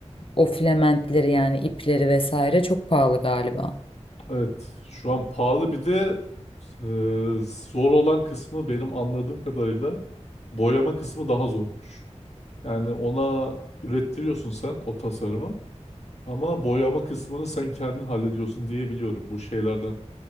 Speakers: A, on the left; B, on the left.
A: o filamentleri yani ipleri vesaire çok pahalı galiba.
B: Evet, şu an pahalı bir de e, zor olan kısmı benim anladığım kadarıyla boyama kısmı daha zormuş. Yani ona ürettiriyorsun sen o tasarımı ama boyama kısmını sen kendin hallediyorsun diye biliyorum bu şeylerden